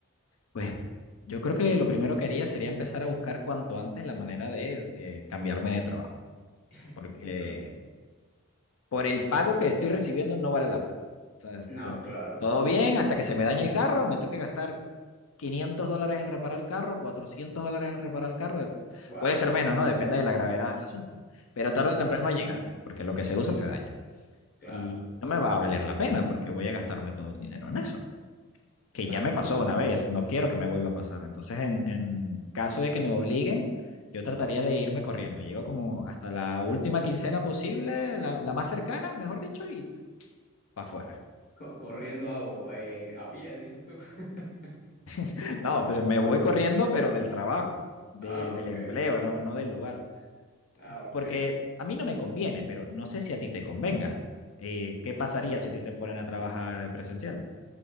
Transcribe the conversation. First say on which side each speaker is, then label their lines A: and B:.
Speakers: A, on the left (about 75°); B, on the left (about 40°).
A: Pues yo creo que lo primero que haría sería empezar a buscar cuanto antes la manera de eh, cambiarme de trabajo,
B: <laughs>
A: porque
B: Ok.
A: por el pago que estoy recibiendo no vale la pena. O sea, esto-
B: No, claro.
A: todo bien hasta que se me dañe el carro, me tengo que gastar 500 dólares en reparar el carro, 400 dólares en reparar el carro, eh,
B: Wow.
A: puede ser menos, ¿no? Depende de la gravedad del asunto, pero tarde o temprano llegará, porque lo que se usa se daña
B: Claro,
A: y no me va a valer la pena porque voy a gastarme todo el dinero en eso. que
B: claro,
A: ya me pasó
B: claro.
A: una vez, no quiero que me vuelva a pasar. Entonces, en, en caso de que me obliguen, yo trataría de irme corriendo. Llego como hasta la última quincena posible, la, la más cercana, mejor dicho, y para afuera.
B: <laughs> Co- Corriendo a, eh, a pie, dices tú. <laughs>
A: <laughs> No, pues me voy corriendo, pero del trabajo, de,
B: Ah,
A: del
B: ok.
A: empleo, no, no del lugar.
B: Ah, ok.
A: Porque a mí no me conviene, pero no sé si a ti te convenga. Eh, ¿Qué pasaría si a ti te ponen a trabajar presencial?